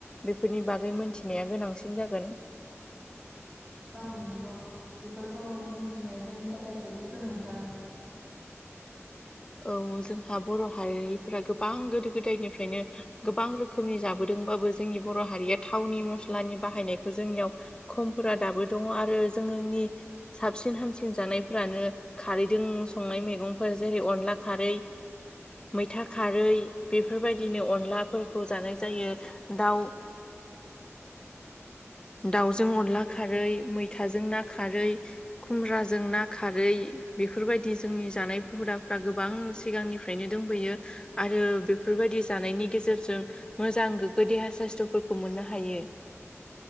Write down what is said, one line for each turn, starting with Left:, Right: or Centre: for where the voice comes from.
Left: बेफोरनि बागै मोनथिनाया गोनांसिन जागोन। <inaudible>
Centre: औ नंगौ बेफोरखौ मोनथिनाया जोंनि थाखाय जोबोर गोनांथार।
Left: औ जोंहा बर' हारिफोरा गोबां गोदो गोदायनिफ्रायनो गोबां रोखोमनि जाबोदों। बाबो जोंनि बर' हारिया थावनि मस्लानि बाहायनायखौ जोंनियाव खमफोरा दाबो दंङ आरो जोंनि साबसिन हामसिन जानायफोरानो खारैदों संनाय मैगंफोर जेरै अन ला खारै मैथा खारै बेफोरबायदिनो अनलाफोरखौ जानाय जायो दाउ <inaudible> दावजों अनला खारै मैथाजों ना खारै खुमब्राजों ना खारै बेफोरबायदि जोंनि जानाय हुदाफ्रा गोबां सिगांनिफ्रायनो दोंबोयो आरो बेफोर बेबायदि जानायनि गेजेरजों मोजां गोग्गो देहा ससथ'फोरखौ मोननो हायो।